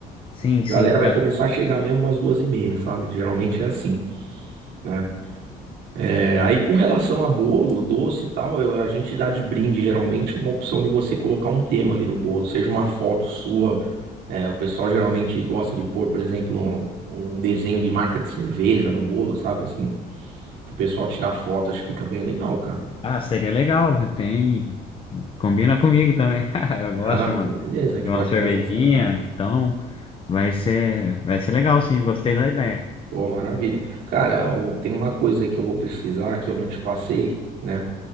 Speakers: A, on the left; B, on the right.
A: Sim,
B: A
A: sim.
B: galera vai começar a chegar mesmo umas duas e meia, sabe? Geralmente é assim, né? É, aí com relação a bolo, doce e tal, eu- a gente dá de brinde geralmente uma opção de você colocar um tema ali no bolo, seja uma foto sua, É, o pessoal geralmente gosta de pôr, por exemplo, um, um desenho de marca de cerveja no bolo, sabe assim? Pro pessoal tirar foto, acho que fica bem legal, cara.
A: Ah, seria legal. Tem. Combina comigo também. <laughs> Eu gosto,
B: Ah, então
A: mano,
B: beleza, a gente
A: de
B: pode
A: uma cervejinha,
B: fazer isso aí.
A: então vai ser, vai ser legal, sim. Gostei da ideia.
B: Pô, maravilha. Cara, o- tem uma coisa aí que eu vou precisar que eu não te passei, né?